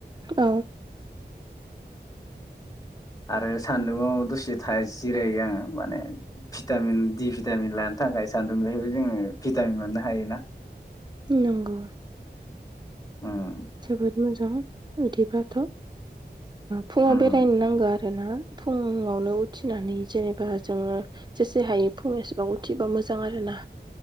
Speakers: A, on the right (about 25°); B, on the left (about 20°).
A: औ
B: आरो सान्दुङाव दसे था जिरायो आङो माने भिटामिन दि भिटामिन लानो थाखाय सान्दुं बेहायबो जोङो भिटामिन मोननो हायोना‌।
A: नंगौ।
B: ओम
A: जोबोद मोजां बिदिबाथ' ओ फुङाव
B: उम
A: बेरायनो नांगौ आरो ना। फुङावनो उथिनानै जेनेबा जोङो जेसे हायो फुंनि उथिबा मोजां आरो ना